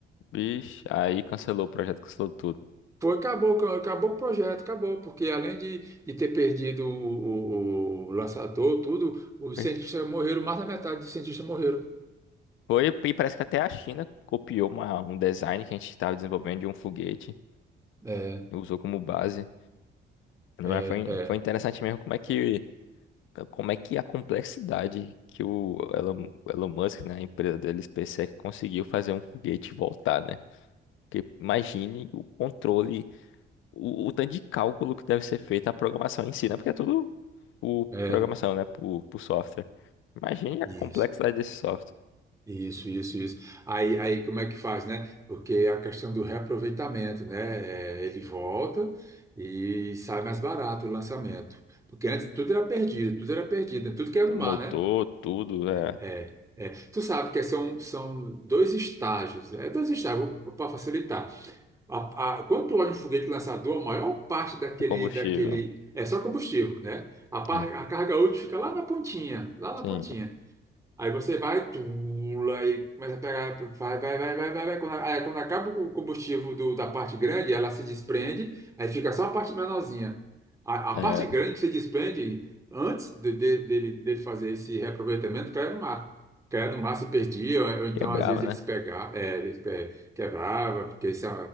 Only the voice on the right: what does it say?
Foi, acabou, com- acabou o projeto, acabou, porque além de, de ter perdido o, o- o lançador, tudo, os
cientistas morreram, mais da metade dos cientistas morreram.
É,
é,
é,
é,
isso.
Isso, isso, isso. Aí, aí como é que faz, né? Porque a questão do reaproveitamento, né? É, ele volta e sai mais barato o lançamento. Porque antes tudo era perdido, tudo era perdido, né? Tudo que era
no mar, né?
É, é. Tu sabe que são, são dois estágios, é dois estágios para facilitar. A, a, quando tu olha um foguete lançador, a maior parte daquele,
daquele é só combustível, né? A, par-
a carga útil fica lá na pontinha, lá
na pontinha. Aí você vai, pula e começa a pegar, vai, vai, vai, vai, vai, vai. Quando, a- aí quando acaba o combustível do- da parte grande, ela se desprende, aí fica só a parte menorzinha. A, a
parte grande que se desprende antes de- de- dele, dele fazer esse reaproveitamento cai no mar. Caia no mar, se perdia, ou, ou então
às vezes
eles pegavam, é, eles pe- quebrava, porque isso,